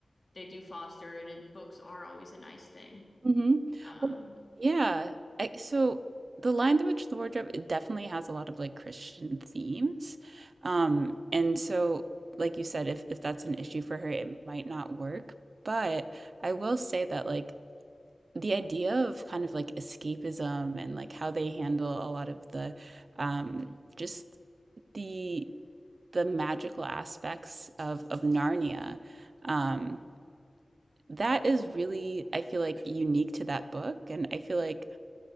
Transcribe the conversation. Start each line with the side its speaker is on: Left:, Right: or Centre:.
Left: they do foster it. it books are always a nice thing.
Right: Mhm.
Left: Um,
Right: Well, yeah. I, so the Lion, the Witch, and the Wardrobe, it definitely has a lot of like Christian themes. Um, and so like you said, if if that's an issue for her, it might not work. But I will say that like the idea of kind of like escapism and like how they handle a lot of the um just the the magical aspects of of Narnia. Um, that is really, I feel like, unique to that book. And I feel like